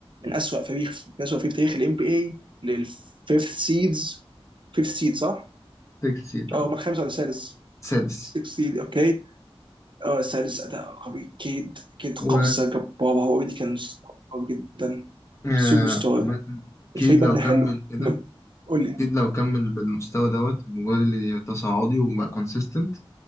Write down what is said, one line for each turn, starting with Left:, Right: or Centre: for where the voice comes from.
Right: من اسوأ فريق من اسوأ فريق في تاريخ الام بي اي للفيفث سيدز فيفث سيد صح؟
Left: وقتها 6 ده
Right: اه هم الخامس ولا السادس؟
Left: سادس
Right: السكس سيد اوكي اه السادس اداء قوي كيد كيد قفزه
Left: و
Right: جباره هو اوريدي كان قوي جدا
Left: آه،
Right: سوبر ستار
Left: عامة كيد
Right: الفريق
Left: لو
Right: مبني
Left: كمل
Right: حلو
Left: كده
Right: م- قول لي
Left: اكيد لو كمل بالمستوى دوت ومجرد اللي تصاعدي وبقى كونسيستنت